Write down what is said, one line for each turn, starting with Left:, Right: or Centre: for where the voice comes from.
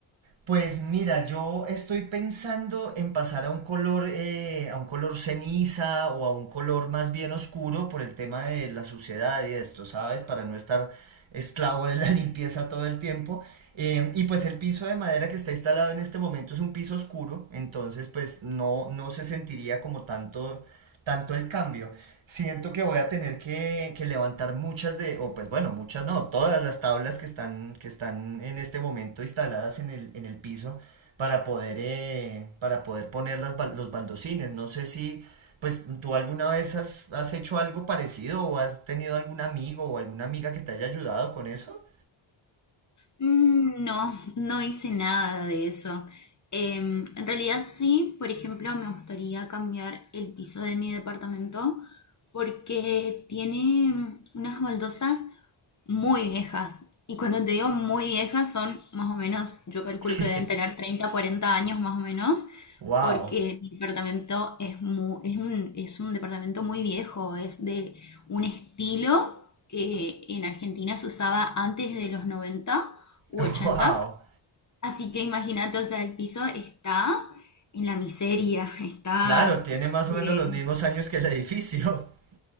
Right: Pues mira, yo estoy pensando en pasar a un color, eh, a un color ceniza o a un color más bien oscuro por el tema de la suciedad y esto, ¿sabes? Para no estar esclavo de la <laughs> limpieza todo el tiempo. Em, y pues el piso de madera que está instalado en este momento es un piso oscuro, entonces pues no, no se sentiría como tanto, tanto el cambio. Siento que voy a tener que, que levantar muchas de, o pues bueno, muchas no, todas las tablas que están, que están en este momento instaladas en el, en el piso para poder, eh, para poder poner las, bal- los baldocines. No sé si, pues tú alguna vez has, has hecho algo parecido o has tenido algún amigo o alguna amiga que te haya ayudado con eso.
Left: Mm, No, no hice nada de eso. Em, en realidad sí, por ejemplo, me gustaría cambiar el piso de mi departamento porque tiene unas baldosas muy viejas. Y cuando te digo muy viejas son más o menos, yo calculo
Right: <laughs>
Left: que deben tener 30, 40 años más o menos,
Right: Wow,
Left: porque mi departamento es, mu- es un, es un departamento muy viejo, es de un estilo que en Argentina se usaba antes de los 90 u
Right: wow.
Left: ochentas, Así que imagínate, o sea, el piso está en la miseria, <laughs> está,
Right: Claro, tiene más
Left: eh,
Right: o menos los mismos años que el edificio. <laughs>